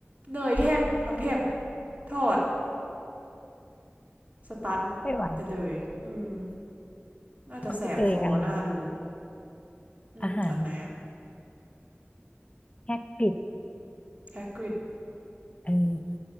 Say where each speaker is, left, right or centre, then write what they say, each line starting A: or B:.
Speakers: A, on the right; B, on the left.
A: เนยแท่งทั้งแท่งทอดสตัน
B: ไม่ไหว
A: ไปเลยอืมน่าจะแสบคอหน้าดู
B: เขาไปเจอกัน
A: อืมอันไหนอะ
B: อาหารแฮกกริด
A: แฮกริด
B: เออ